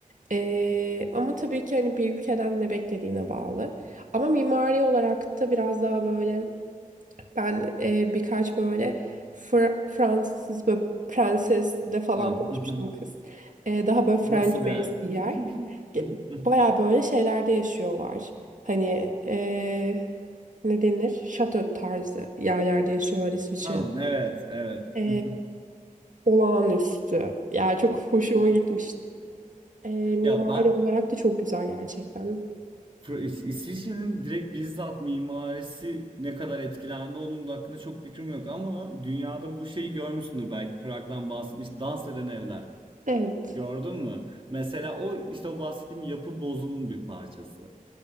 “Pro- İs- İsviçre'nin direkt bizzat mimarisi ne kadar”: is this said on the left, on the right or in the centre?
Right